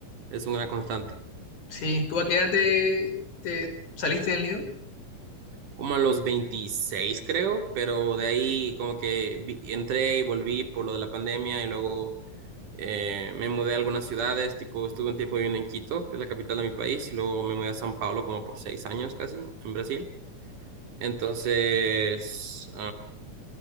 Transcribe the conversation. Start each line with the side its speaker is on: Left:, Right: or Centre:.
Right: Es una constante.
Left: sí, tú a qué edad te, te saliste del nido?
Right: Como a los veintiséis creo, pero de ahí como que vi- entré y volví por lo de la pandemia y luego eh, me mudé a algunas ciudades, tipo estuve un tiempo viviendo en Quito, que es la capital de mi país, y luego me mudé a San Pablo como por seis años casi, en Brasil. Entonces,